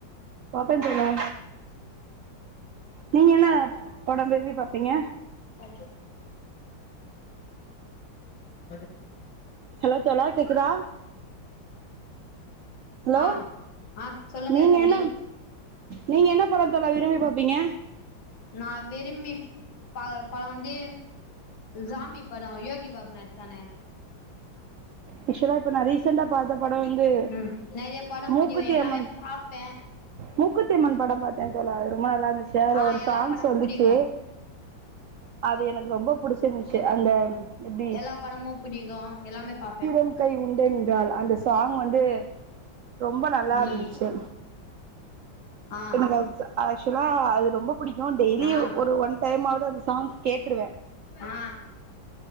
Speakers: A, on the right; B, on the left.
A: பாப்பே தோழா நீங்க என்னா பட விரும்பி பாப்பீங்க
B: <inaudible> காச
A: ஹலோ தோழா கேக்குதா ஹலோ
B: ஆ ஆ சொல்லுங்க
A: நீங்க
B: தோழி
A: என்ன நீங்க என்ன படோ தோழா விரும்பி பாப்பீங்க
B: நா விரும்பி பாக்குற படோ வந்து ஜாம்பி படோ யோகி பாபு நடிச்சானே
A: யூசுவலா இப்ப நா ரீசண்டா பாத்த படோ வந்து
B: ம் நெறைய படம்
A: மூக்குத்தி
B: புடிக்கு எல்லாமே
A: அம்மன்
B: பாப்பே
A: மூக்குத்தி அம்மன் படோ பாத்தே தோழா அது ரொம்ப நல்லா இருந்துச்சு அதுல
B: ஆ
A: ஒரு
B: எல்லா
A: சாங்ஸ்ஸு
B: படமு
A: வந்துச்சு
B: புடிக்கு
A: அது எனக்கு ரொம்ப புடிச்சு இருந்துச்சு அந்த எப்டி
B: எல்லா படமு புடிக்கு எல்லாமே பாப்பே
A: உன் கை உண்டென்றால் அந்த சாங் வந்து ரொம்ப நல்லா
B: ம்
A: இருந்துச்சு
B: ஆ
A: எனக்கு அது ஆக்சுவலா அது ரொம்ப புடிக்கு டெய்லியி
B: ஆ
A: ஒரு ஒன் டைம்மாவது அந்த சாங்ஸ் கேட்டுருவே
B: ஆ